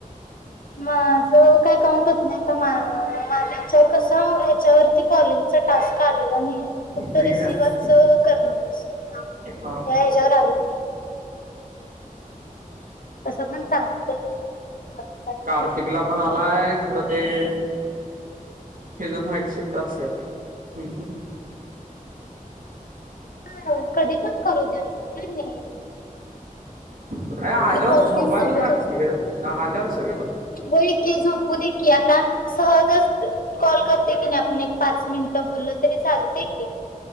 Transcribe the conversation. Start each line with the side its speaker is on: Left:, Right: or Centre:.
Left: माझ काय काउंट होत नाही आता माझं ह्यांच्यावर कस यांच्यावर कॉलिंगचा टास्क आलेला नाही आहे, मग फक्त
Right: नाही
Left: रिसिव्हच
Right: आहे
Left: करणार असतील. हा
Right: हा
Left: ह ह्याच्यावर आलेला नाही. तसं पण चालतंय. कॉलिंगचा टास्क
Right: कार्तिक
Left: पाहिजे
Right: ला
Left: तसं काही
Right: पण आलाय
Left: नाही
Right: खरं ते तीझ हाईट शिफ्ट असते. हम्म हम्म
Left: हं कधी पण करू द्या असं काही नाही.
Right: अरं आल्यावरत
Left: ऍप ऑल
Right: झोपायला
Left: टाइम चालूच
Right: लागते
Left: असतं.
Right: आल्यावर सगळं
Left: होय की झोपू दे की आता, सहजच कॉल करते की नाही आपण- पण एक पाच मिनिटं बोललं तरी चालते की,